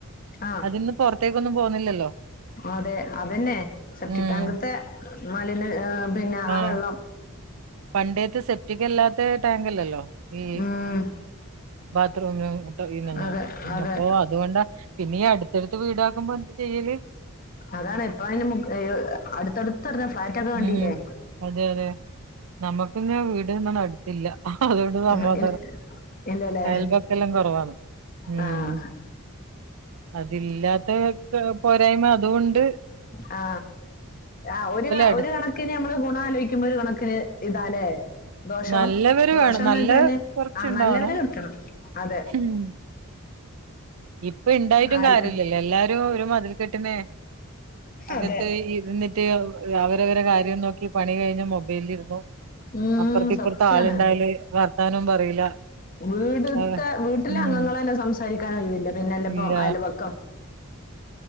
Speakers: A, on the left (about 40°); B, on the right (about 70°).
A: ആ
B: അതിന്ന് പുറത്തേക്കൊന്നും പോവുന്നില്ലല്ലോ
A: അതെ അതന്നെ സെപ്റ്റിക്
B: ഉം
A: ടാങ്കുതെ മാലിന്യ- ആ പിന്നെ ആ
B: ആഹ്
A: വെള്ളം
B: പണ്ടേത്തെ സെപ്റ്റിക്കല്ലാത്ത ടാങ്ക്ല്ല ല്ലോ ഈ
A: ഉം
B: ബാത്റൂമിനു ന്ന
A: അതെ അതെ
B: അപ്പൊ അതുകൊണ്ട പിന്നെ അടുത്തടുത്ത് വീടാക്കുമ്പോ എന്ത്തു ചെയ്യല്
A: അതാണ് ഇപ്പ അതിന് അടുത്തടുത്ത്റിഞ്ഞ ഫ്ലാറ്റ ഒക്കെ
B: ഉം
A: ക ണ്ടില്ലേ
B: അതെ അതെ നമ്മക്കിന്നാ വീട്ന്നന്ന അടുത്തില്ല അതുകൊണ്ട്
A: ഉം
B: സമാധാനം
A: ഇൽ ഇല്ലല്ലേ
B: അയൽബക്ക എല്ലാം കുറവാണ് ഉം
A: ആഹ്
B: അതില്ലാത്ത പോരായ്മ അതുഉണ്ട്
A: ആ ആ
B: അടു
A: ഒരു കണക്കിന് നമ്മള് ആലോചിക്കുമ്പോ ഒരു കണക്കിന് ഇതാല്ലേ ദോഷോ
B: നല്ലവര്
A: ദോഷംന്ന്
B: വേണം നല്ല
A: വെച്ചാല്
B: കൊറച്ചുണ്ടാവണം
A: ആ നല്ലവര് നിൽക്കണം അതെ
B: ഉം ഇപ്പൊ ഇണ്ടായിട്ടും
A: അൽ
B: കാര്യല്ലല്ലോ എല്ലാരും ഒരു മതിൽ കെട്ടുന്നേ അകത്ത്
A: അതെ
B: ഇരുന്നിട്ട് അവരവരു കാര്യം നോക്കി പണി കഴിഞ്ഞ മൊബൈലിൽ ഇരിക്കും
A: ഉം
B: അപ്പുറത്തി ഇപ്പറത്തെ
A: സത്യാണ്
B: ആളുണ്ടായല് വർത്താനവും പറയില്ല
A: വീടുത്തെ
B: ആഹ്
A: വീട്ടിലെ
B: ഉം
A: അംഗങ്ങളന്നെ സംസ സൽക്കരിക്കാന് ഓഴിവ് ല്ല പിന്നെല്ലപ്പോ
B: ഇല്ല
A: അയലവക്കം